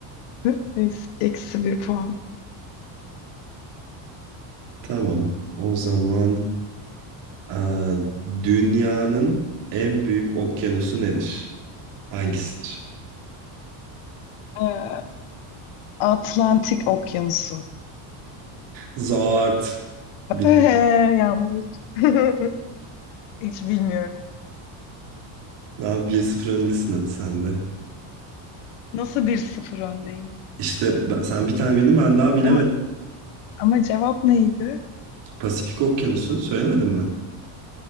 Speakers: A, on the left (about 70°); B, on the right (about 55°).
A: <laughs> Eksi, eksi bir puan.
B: Tamam. O zaman eee, dünyanın en büyük okyanusu nedir? Hangisidir?
A: Ee, Atlantik Okyanusu.
B: Zart.
A: <laughs>
B: Bilmem.
A: Yanlış. <laughs> Hiç bilmiyorum.
B: Daha bir sıfır öndesin hadi sen de.
A: Nasıl bir sıfır öndeyim?
B: İşte ben- sen bir tane bildin ben daha bilemedim.
A: Ama ama cevap neydi?
B: Pasifik Okyanusu söylemedin mi?